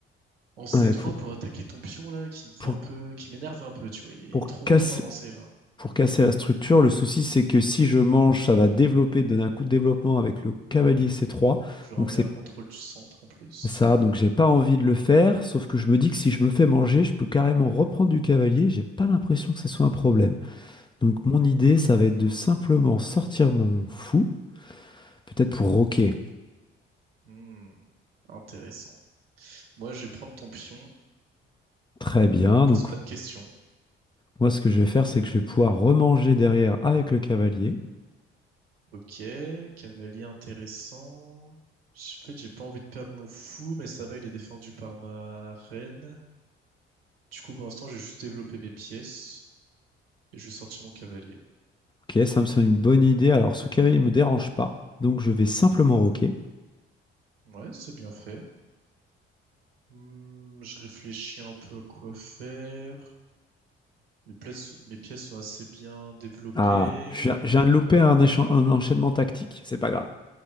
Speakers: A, on the right; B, on the left.
A: en C3
B: Ouais, pour,
A: pour attaquer ton pion là, qui me fait
B: pour,
A: un peu, qui m'énerve un peu, tu vois. Il est
B: pour
A: trop,
B: casser.
A: trop avancé là.
B: Pour casser la structure, le souci c'est que si je mange, ça va développer, donner un coup de développement avec le cavalier
A: Hmm.
B: C3.
A: J'aurai
B: Donc
A: un meilleur
B: c'est
A: contrôle du centre en plus.
B: ça, donc j'ai pas envie de le faire, sauf que je me dis que si je me fais manger, je peux carrément reprendre du cavalier, j'ai pas l'impression que ce soit un problème. Donc mon idée, ça va être de simplement sortir mon fou, peut-être pour roquer.
A: Hmm. Intéressant. Moi, je vais prendre ton pion,
B: Très bien,
A: je pose
B: donc
A: pas de questions.
B: moi ce que je vais faire, c'est que je vais pouvoir remanger derrière avec le cavalier.
A: Ok, cavalier intéressant. En fait, j'ai pas envie de perdre mon fou, mais ça va, il est défendu par ma reine. Du coup, pour l'instant, j'ai juste développé mes pièces et je vais sortir mon cavalier.
B: Ok, ça me semble une bonne idée. Alors ce cavalier ne me dérange pas, donc je vais simplement roquer.
A: Ouais, c'est bien fait. Hmm, je réfléchis un peu à quoi faire. Mes pièces, mes pièces sont assez bien développées.
B: Ah, je viens, je viens de louper un, échan- un enchaînement tactique. C'est pas grave.